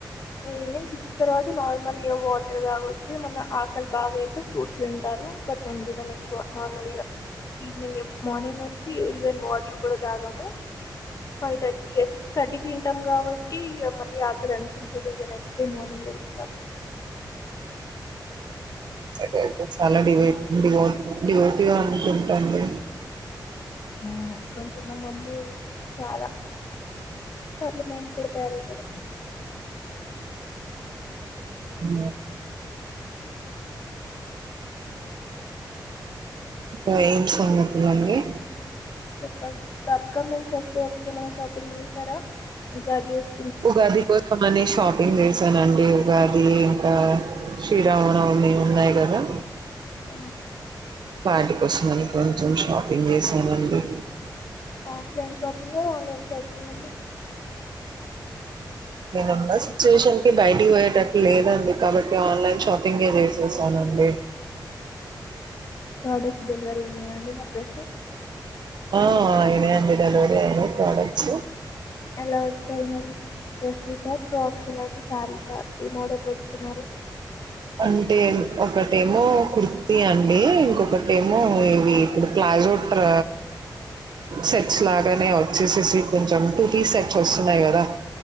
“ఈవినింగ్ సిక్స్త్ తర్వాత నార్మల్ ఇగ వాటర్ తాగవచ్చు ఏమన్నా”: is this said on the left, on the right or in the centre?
Left